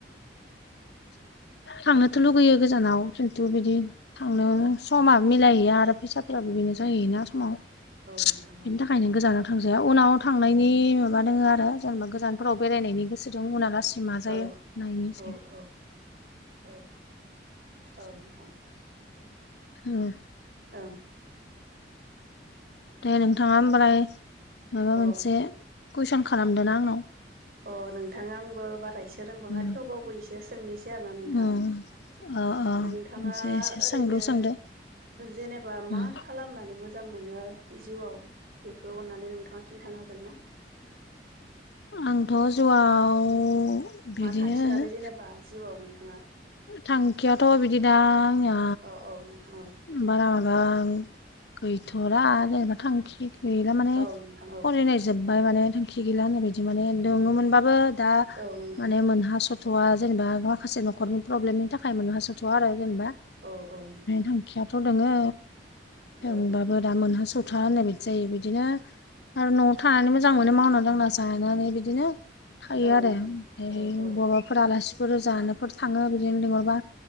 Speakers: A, on the left; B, on the right.
A: थांनोथ लगैयो गोजानाव थ बिदि थांनो समा मिलायहैया आरो फैसाफोराबो बेनो जाहैयोना समाव बेनि
B: नोंथां औ
A: थाखाय ओखायनो गोजानाव थांजाया उनाव थांनायनि माबा दङो आरो जेनेबा गोजानफोराव बेरायनायनि गोसो दं उन गासि माजायो
B: औ
A: नायनोसै
B: औ औ औ नोंथां
A: औ
B: औ
A: दे नोंथाङा होमबालाय माबा मोनसे
B: औ
A: कुइसन खालामदा आंनाव
B: अ नोंथाङा आंबो बारायसो रोंबाङा
A: उम
B: थेवबाबो एसे सोंनोसै आरोना नोंथां
A: उम अ अ
B: नोंथाङा
A: मोनसे एसे
B: ओरैनो
A: सोंलु सोंदो
B: जेनेबा मा
A: उम
B: खालामनानै मोजां मोजां मोनो जिउआव बेखौ अननानै नोंथाङा खिन्थानो हागोन ना
A: आंथ' जिउआव बिदिनो
B: मा थांसि लादो जेनेबा जिउआव नोंथाङा
A: थांखियाथ बिदि दा आंया
B: औ औ नोंथां औ
A: बारा माबा गैथरा जेनेबा थांखि गैला माने
B: औ नोंथां औ
A: फरायनाय जोबबाय माने थांखि गैला होननाय बायदि माने दङोमोनबाबो दा
B: औ नोंथां
A: माने मोनह स'थ'वआ जेनेबा माखासे न'खरनि प्रब्लेमनि थाखाय मोनहास स'थ'आ आरो जेनेबा
B: औ औ नोंथां
A: थांखियाथ' दोङो
B: औ
A: जोंबाबो दा मोनहास बथा होननाय बिदि जायो बिदिनो आरो न'आव थानानै मोजां मोनो मावना दांना जानानै बिदिनो थायो
B: औ
A: आरो
B: नोंथां
A: ओमफ्राय
B: औ औ
A: बबाबा फोरफोर आलासिफोर जानोफोर थाङो बिदिनो लिंहरबा